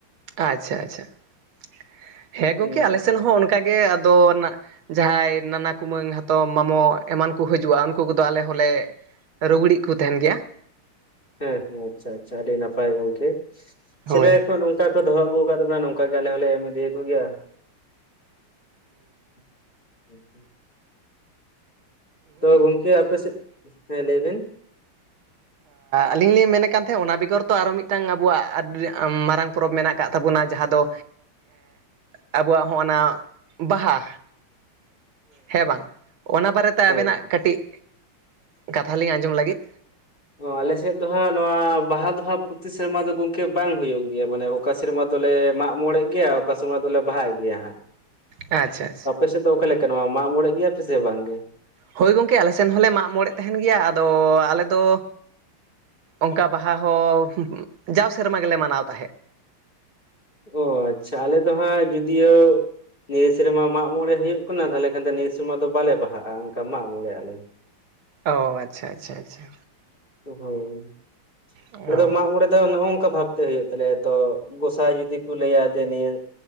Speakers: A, on the right (about 75°); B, on the left (about 25°).
A: ᱟᱪᱪᱷᱟ ᱟᱪᱪᱷᱟ᱾ᱦᱮᱸ
B: ᱦᱩᱸ
A: ᱜᱚᱝᱠᱮ ᱟᱞᱮ
B: ᱦᱩᱸ
A: ᱥᱮᱱ ᱦᱚᱸ ᱚᱱᱠᱟ ᱜᱮ ᱟᱫᱚ ᱱᱟᱜ ᱡᱟᱦᱟᱸᱭ ᱱᱟᱱᱟ ᱠᱩᱢᱟᱹᱝ ᱦᱟᱛᱚᱢ ᱢᱟᱢᱚ ᱮᱢᱟᱱ ᱠᱚ ᱦᱤᱡᱩᱜᱼᱟ᱾ ᱩᱱᱠᱩ ᱠᱚᱫᱚ ᱟᱞᱮ ᱦᱚᱞᱮ ᱨᱩᱜᱽᱲᱤᱡ ᱠᱚ ᱛᱟᱦᱮᱱ ᱜᱮᱭᱟ᱾
B: ᱦᱮᱸ ᱦᱮᱸ ᱟᱪᱪᱷᱟ ᱟᱪᱪᱷᱟ᱾ᱟᱹᱰᱤ ᱱᱟᱯᱟᱭ ᱜᱚᱝᱠᱮ
A: ᱦᱳᱭ
B: ᱥᱮᱫᱟᱭ ᱠᱷᱚᱱ ᱚᱱᱠᱟ ᱠᱚ ᱫᱚᱦᱚ ᱟᱹᱜᱩ ᱟᱠᱟᱫ ᱵᱚᱱᱟ ᱱᱚᱝᱠᱟ ᱜᱮ ᱟᱞᱮ ᱦᱚᱸᱞᱮ ᱮᱢ ᱤᱫᱤᱭᱟ ᱠᱚ ᱜᱮᱭᱟ᱾ <inaudible> ᱛᱚ ᱜᱚᱝᱠᱮ ᱟᱯᱮ ᱥᱮᱫ <inaudible> ᱦᱮᱸ ᱞᱟᱹᱭ ᱵᱤᱱ
A: ᱟᱹᱞᱤᱧ ᱞᱤᱧ ᱢᱮᱱᱮᱫ ᱠᱟᱱ ᱛᱟᱦᱮᱸᱫ, ᱚᱱᱟ ᱵᱮᱜᱚᱨ ᱛᱚ ᱟᱨᱚ ᱢᱤᱫᱴᱟᱝ ᱟᱵᱚᱣᱟᱜ ᱢᱟᱨᱟᱝ ᱯᱚᱨᱚᱵᱽ ᱢᱮᱱᱟᱜ ᱟᱠᱟᱫ ᱛᱟᱵᱚᱱᱟ ᱡᱟᱦᱟᱸ ᱫᱚ ᱟᱵᱚᱣᱟᱜ ᱦᱚᱸᱜᱼ ᱱᱟ ᱵᱟᱦᱟ ᱦᱮᱸ ᱵᱟᱝ? ᱚᱱᱟ ᱵᱟᱨᱮᱛᱮ
B: ᱦᱮᱸ
A: ᱟᱵᱮᱱᱟᱜ ᱠᱟᱹᱴᱤᱡ ᱠᱟᱛᱷᱟ ᱞᱤᱧ ᱟᱸᱡᱚᱢ ᱞᱟᱹᱜᱤᱫ
B: ᱚ ᱟᱞᱮᱥᱮᱫ ᱫᱚ ᱦᱟᱸᱜ ᱱᱚᱣᱟ ᱵᱟᱦᱟ ᱫᱚ ᱦᱟᱸᱜ ᱯᱚᱛᱤ ᱥᱮᱨᱢᱟ ᱫᱚ ᱜᱚᱝᱠᱮ ᱵᱟᱝ ᱦᱩᱭᱩᱜ ᱜᱮᱭᱟ᱾ ᱢᱟᱱᱮ ᱚᱠᱟ ᱥᱮᱨᱢᱟ ᱫᱚᱞᱮ ᱢᱟᱜᱽ ᱢᱚᱬᱮ ᱜᱮᱭᱟ᱾ ᱚᱠᱟ ᱥᱮᱨᱢᱟ ᱫᱚᱞᱮ ᱵᱟᱦᱟ ᱜᱮᱭᱟ ᱦᱟᱸᱜ᱾
A: ᱟᱪᱪᱷᱟ ᱟᱪᱪᱷᱟ᱾
B: ᱟᱯᱮᱥᱮᱫ ᱫᱚ ᱚᱠᱟ ᱞᱮᱠᱟ ᱢᱟᱜᱽ ᱢᱚᱬᱮ ᱜᱮᱭᱟ ᱯᱮ? ᱥᱮ ᱵᱟᱝ ᱜᱮ
A: ᱦᱳᱭ ᱜᱚᱢᱠᱮ ᱟᱞᱮ ᱥᱮᱱ ᱦᱚᱸᱞᱮ ᱢᱟᱜᱽ ᱢᱚᱬᱮ ᱛᱟᱦᱮᱱ ᱜᱮᱭᱟ᱾ ᱟᱫᱚ ᱟᱞᱮ ᱫᱚ ᱚᱱᱠᱟ ᱵᱟᱦᱟ ᱦᱚᱸ ᱡᱟᱣ ᱥᱮᱨᱢᱟ ᱜᱮᱞᱮ ᱢᱟᱱᱟᱣ ᱛᱟᱦᱮᱸᱫ᱾
B: ᱚ ᱟᱪᱪᱷᱟ᱾ ᱟᱞᱮ ᱫᱚ ᱦᱟᱸᱜ ᱡᱩᱫᱤᱭᱳ ᱱᱤᱭᱟᱹ ᱥᱮᱨᱢᱟ ᱢᱟᱜᱽ ᱢᱚᱬᱮ ᱦᱩᱭᱩᱜ ᱠᱟᱱᱟ ᱛᱟᱦᱚᱞᱮ ᱠᱷᱟᱱ ᱫᱚ ᱱᱤᱭᱟᱹ ᱥᱮᱨᱢᱟ ᱫᱚ ᱵᱟᱞᱮ ᱵᱟᱦᱟᱜᱼᱟ᱾ ᱚᱱᱠᱟ ᱢᱟᱜᱽ ᱢᱚᱬᱮ ᱟᱞᱮ‌
A: ᱚᱻ ᱟᱪᱪᱷᱟ ᱟᱪᱪᱷᱟ ᱟᱪᱪᱷᱟ
B: ᱦᱳᱭ᱾ᱟᱞᱮ
A: ᱚ
B: ᱫᱚ ᱢᱟᱜᱽ ᱢᱚᱬᱮ ᱫᱚ ᱱᱚᱝᱠᱟ ᱵᱷᱟᱵ ᱛᱮ ᱦᱩᱭᱩᱜ ᱛᱟᱞᱮᱭᱟ ᱛᱚ᱾ ᱜᱚᱸᱥᱟᱭ ᱡᱩᱫᱤ ᱠᱚ ᱞᱟᱹᱭᱟ ᱡᱮ ᱱᱤᱭᱟᱹ